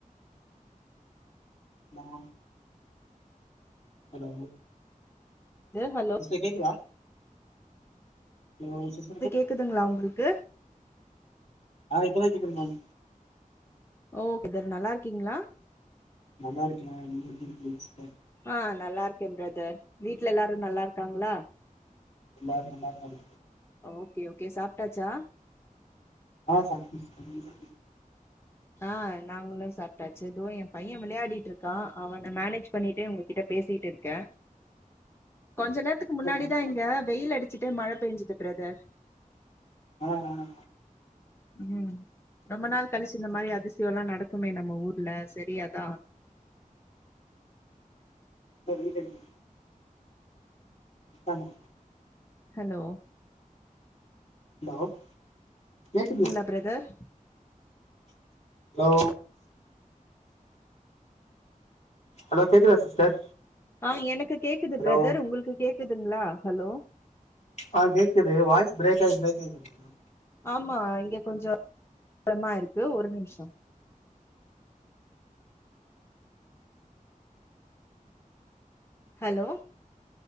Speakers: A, on the left (about 50°); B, on the left (about 15°).
A: நா ஹலோ
B: ந்தேகல்
A: இப்ப கேக்குதா ஹலோ சிஸ்
B: இது கேக்குதுங்ளா உங்களுக்கு
A: ஆ இப்பதா கேக்குது மம்
B: ஓ ப்ரதர் நல்லா இருக்கீங்ளா
A: நல்லா இருக்கேனா நீங்க எப்டி இருக்கீங்கஸ்டர்
B: ஆ நல்லா இருக்கே ப்ரதர் வீட்ல எல்லாரு நல்லா இருக்காங்ளா
A: எல்லாரு நல்லாருக்காங்க
B: ஓகே ஓகே சாப்ட்டாச்சா
A: ஆ சார் சொல்லுங்க
B: ஆ நாங்களு சாப்ட்டாச்சு இதோ எ பைய விளையாடிட்டு இருக்கா அவன மேனேஜ் பண்ணிட்டே உங்ககிட்ட பேசிட்டு இருக்க கொஞ்ச நேரத்துக்கு
A: சாப்டீங்களா
B: முன்னாடிதா இங்க வெயில் அடிச்சிட்டே மழ பெஞ்சுது ப்ரதர்
A: ஆ ஆ ஆ
B: ம் ரொம்ப நாள் கழிச்சு இந்த மாரி அதிசயல்லா நடக்குமே நம்ம ஊர்ல சரி அதா
A: தொன்னித்தஞ்சு தமா
B: ஹலோ
A: ஹலோ கேக்குதுங்களா
B: க்கீங்ளா ப்ரதர்
A: ஹலோ ஹலோ கேக்குதா சிஸ்டர்
B: ஆ எனக்கு கேக்குது
A: ஹலோ
B: ப்ரதர் உங்களுக்கு கேக்குதுங்ளா ஹலோ
A: ஆ கேக்குது வாய்ஸ் ப்ரேக் ஆயி ப்ரேக் ஆயி கேக்
B: ஆமா இங்க கொஞ்சோ <inaudible> இருக்கு ஒரு நிமிஷோ ஹலோ